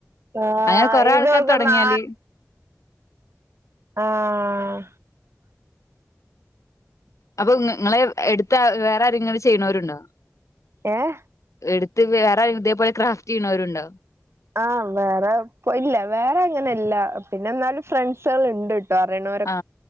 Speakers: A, on the right; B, on the left.
A: ആഹ്
B: അങ്ങനെ കൊറെ ആൾക്കാര്
A: ഇതൊക്കെ
B: തൊടങ്ങിയാല്-
A: നാ ആഹ്
B: അപ്പ നിങ് നിങ്ങളെ എട്- വേറെ ആരങ്കിലും ചെയ്യണവരുണ്ടോ
A: ഏഹ്
B: എടുത്ത് വേറെ ആര് - ഇ തെ പോലെ ക്രാഫ്റ്റ് ചെയുന്നവരുണ്ടോ
A: ആ വേറെ ഇല്ല വേറെ അങ്ങനെല്ല പിന്നെ എന്നാലും ഫ്രണ്ട്സുകൾ ഇണ്ട് തറീണോ
B: ആ